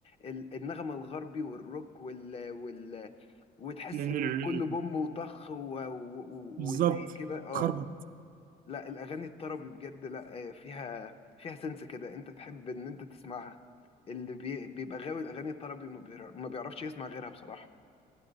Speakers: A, on the left; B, on the right.
A: ال- النغمه الغربي والروك وال وال وتحس
B: السيكه
A: ان كله بوم وطخ و- و- و-
B: بالظبط
A: وزي كده اه
B: خربط
A: لا الاغاني الطربي بجد لا آه، فيها فيها سنس كده انت تحب ان انت تسمعها اللي بي- بيبقى غاوي الاغاني الطربي ما بيعر- ما بيعرفش يسمع غيرها بصراحه